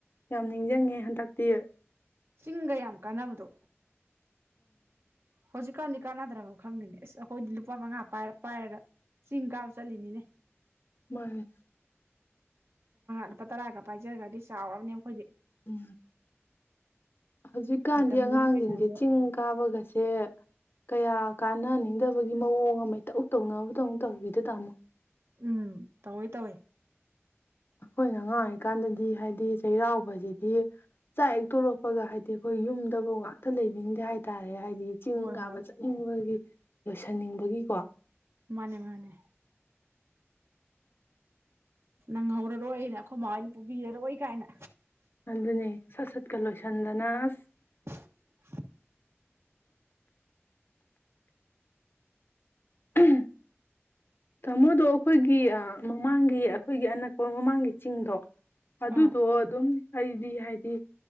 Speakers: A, on the left; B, on the right.
A: ꯌꯥꯝ ꯅꯤꯡꯁꯤꯡꯉꯦ ꯍꯟꯗꯛꯇꯤ
B: ꯆꯤꯡꯒ ꯌꯥꯝ ꯀꯥꯅꯕꯗꯣ ꯍꯧꯖꯤꯛꯀꯥꯟꯗꯤ ꯀꯥꯟꯅꯗ꯭ꯔꯕ ꯈꯪꯗꯦꯅꯦ ꯑꯁ ꯑꯩꯈꯣꯏꯗꯤ ꯂꯨꯄꯥ ꯃꯉꯥ ꯄꯥꯏꯔ ꯄꯥꯏꯔꯒ ꯆꯤꯡ ꯀꯥꯕ ꯆꯠꯂꯤꯅꯤꯅꯦ
A: ꯃꯥꯅꯦ
B: ꯂꯨꯄꯥ ꯇꯔꯥꯒ ꯄꯥꯏꯖꯒ꯭ꯔꯗꯤ ꯆꯥꯎꯔꯝꯅꯦ ꯌꯦꯡꯉꯨ
A: ꯎꯝ ꯍꯧꯖꯤꯛꯀꯥꯟꯗꯤ
B: ꯃꯇꯝꯗꯨꯒꯤ
A: ꯑꯉꯥꯡꯁꯤꯡꯁꯦ
B: ꯄꯩꯁꯥꯗꯣ
A: ꯆꯤꯡ ꯀꯥꯕꯒꯁꯦ ꯀꯌꯥ ꯀꯥꯅꯅꯤꯡꯗꯕꯒꯤ ꯃꯑꯣꯡ ꯑꯃ ꯏꯇꯧ ꯇꯧꯏꯅꯕꯗꯧꯅ ꯇꯧꯏꯗ ꯇꯥꯃꯣ
B: ꯎꯝ ꯇꯧꯏ ꯇꯧꯏ
A: ꯑꯩꯈꯣꯏꯅ ꯑꯉꯥꯡꯔꯤꯑꯣꯏꯔꯤꯀꯥꯟꯗꯗꯤ ꯍꯥꯏꯗꯤ ꯆꯩꯔꯥꯎꯕꯁꯤꯗꯤ ꯆꯥꯛ ꯍꯦꯛ ꯇꯣꯔꯛꯄꯒ ꯍꯥꯏꯗꯤ ꯑꯩꯈꯣꯏ ꯌꯨꯝꯗꯕꯧ ꯉꯥꯛꯇꯪ ꯂꯩꯅꯤꯡꯗꯦ ꯍꯥꯏꯇꯥꯔꯦ ꯅꯦ ꯍꯥꯏꯗꯤ ꯆꯤꯡ
B: ꯍꯣꯏ
A: ꯀꯥꯕ
B: ꯍꯣꯏ
A: ꯆꯠꯅꯤꯡꯕꯒꯤ ꯂꯣꯏꯁꯤꯟꯅꯤꯡꯕꯒꯤꯀꯣ
B: ꯃꯥꯅꯦ ꯃꯥꯅꯦ ꯅꯪꯍꯧꯔꯔꯣꯏꯅ ꯑꯩꯈꯣꯏ ꯃꯥꯍꯣꯏꯅ ꯄꯨꯕꯤꯔꯔꯣꯏ ꯀꯥꯏꯅ
A: ꯑꯗꯨꯅꯦ ꯁꯠ ꯁꯠꯀ ꯂꯣꯏꯁꯟꯗꯅ ꯑꯁ
B: <inaudible>
A: ꯑꯍꯝ ꯇꯥꯃꯣꯗꯣ ꯑꯩꯈꯣꯏꯒꯤ ꯃꯃꯥꯡꯒꯤ ꯑꯩꯈꯣꯏꯒꯤ ꯑꯅꯛꯄ ꯃꯃꯥꯡꯒꯤ ꯆꯤꯡꯗꯣ ꯑꯗꯨꯗꯣ
B: ꯑꯥ
A: ꯑꯗꯨꯝ ꯑꯩꯗꯤ ꯍꯥꯏꯗꯤ